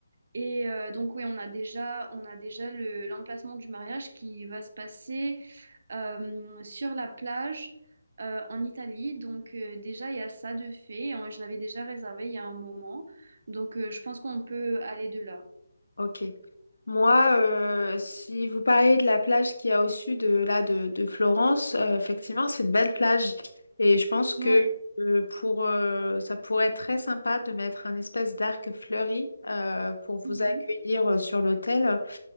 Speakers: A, on the right; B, on the left.
A: et euh, donc oui, on a déjà, on a déjà le, l'emplacement du mariage qui va se passer euh, sur la plage euh, en Italie. Donc euh, déjà, il y a ça de fait. Hein, Je l'avais déjà réservé il y a un moment, donc euh, je pense qu'on peut aller de là.
B: Ok. Moi, euh, si vous parlez de la plage qu'il y a au sud de là de, de Florence, euh, effectivement, c'est une belle plage et je pense que
A: Oui.
B: euh, pour euh, ça pourrait être très sympa de mettre un espèce d'arc fleuri euh, pour vous
A: Mhm.
B: accueillir euh, sur l'hôtel.